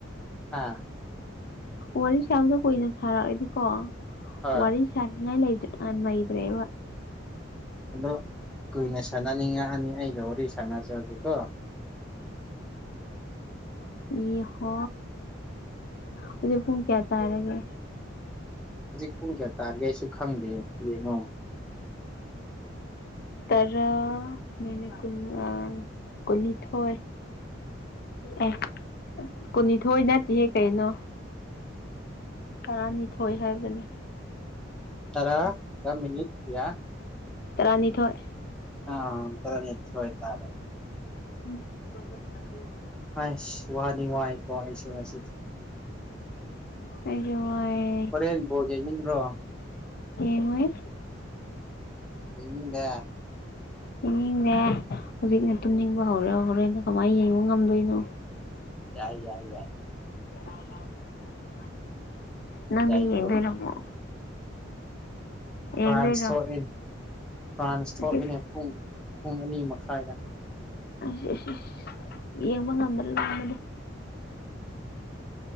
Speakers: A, in the centre; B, on the left.
A: ꯍꯥ
B: ꯋꯥꯔꯤ ꯁꯥꯗ ꯀꯨꯏꯅ ꯁꯥꯔꯛꯏꯗꯤꯀꯣ
A: ꯍꯣꯏ
B: ꯋꯥꯔꯤ ꯆꯅꯤꯡ ꯉꯥꯏ ꯂꯦ ꯅꯣꯏꯗ꯭ꯔꯦ ꯋꯥ
A: ꯑꯗꯣ ꯀꯨꯏꯅ ꯁꯥꯟꯅꯅꯤꯡꯉꯛꯑꯅꯤ ꯑꯩꯒ ꯋꯥꯔꯤ ꯁꯥꯟꯅꯁꯦ ꯍꯧꯖꯤꯛꯀꯣ
B: ꯌꯦꯍꯣ ꯍꯧꯖꯤꯛ ꯄꯨꯡ ꯀꯌꯥ ꯇꯥꯔꯒꯦ
A: ꯍꯧꯖꯤꯛ ꯄꯨꯡ ꯀꯌꯥ ꯇꯥꯔꯔꯤꯒꯦ ꯑꯩꯁꯨ ꯈꯪꯗꯦ ꯌꯦꯡꯉꯣ <inaudible>
B: ꯇꯔꯥ ꯃꯅꯦ ꯀꯨꯟ ꯀꯨꯟꯅꯤꯊꯣꯏ ꯑꯦ ꯀꯨꯟꯅꯤꯊꯣꯏ ꯅꯠꯇꯦꯍꯦ ꯀꯩꯅꯣ ꯇꯔꯥꯅꯤꯊꯣꯏ ꯍꯥꯏꯕꯅꯦ
A: ꯇꯔꯥꯒ ꯃꯤꯅꯤ ꯀꯌꯥ
B: ꯇꯔꯥꯅꯤ ꯊꯣꯛꯣꯏ
A: ꯑ ꯑꯣ ꯇꯔ ꯅꯤꯡꯅꯤꯠꯇ ꯍꯣꯣꯏꯇꯥꯥꯔꯦ
B: ꯎ <inaudible>
A: ꯑꯥꯏꯁ ꯋꯥꯗꯤ ꯋꯥꯏꯀꯣ ꯑꯩꯁꯦ ꯉꯁꯤ
B: ꯑꯩꯖꯨ ꯋꯥꯏꯑ
A: ꯍꯣꯔꯦꯟ ꯕꯣꯜ ꯌꯦꯡꯅꯤꯡꯕ꯭ꯔꯣ
B: ꯌꯦꯉꯣꯏ
A: ꯌꯦꯡꯅꯤꯡꯗꯦ
B: ꯌꯦꯅꯤꯡꯅꯦ ꯍꯧꯖꯤꯛꯅꯦ ꯇꯨꯝꯅꯤꯡꯕ ꯍꯧꯔꯦ ꯍꯧꯔꯦꯅ ꯀꯃꯥꯏꯅ ꯌꯦꯡꯕ ꯉꯝꯗꯣꯏꯅꯣ
A: ꯌꯥꯏ ꯌꯥꯏ ꯌꯥꯏ
B: ꯥ <inaudible> ꯅꯪꯗꯤ
A: ꯌꯥꯏꯀꯣ
B: ꯌꯦꯡꯗꯣꯏꯔ ꯃꯨꯛ ꯌꯦꯡꯗꯣꯏꯔꯣ
A: ꯐ꯭ꯔꯥꯟꯁ ꯊꯣꯛꯏꯅꯦ ꯐ꯭ꯔꯥꯟꯁ
B: ꯉꯁꯤ
A: ꯊꯣꯛꯏꯅꯦ ꯄꯨꯡ ꯄꯨꯡ ꯑꯅꯤ ꯃꯈꯥꯏꯗ
B: ꯑꯁꯤ ꯑꯁꯤ ꯑ ꯌꯦꯡꯕ ꯉꯝꯗꯅ ꯂꯥꯛꯕꯅꯤ